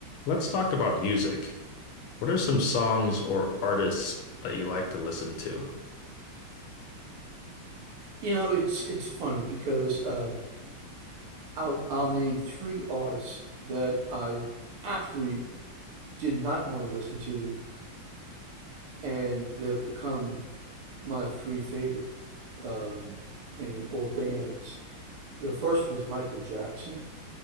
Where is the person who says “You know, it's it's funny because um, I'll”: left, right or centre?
Right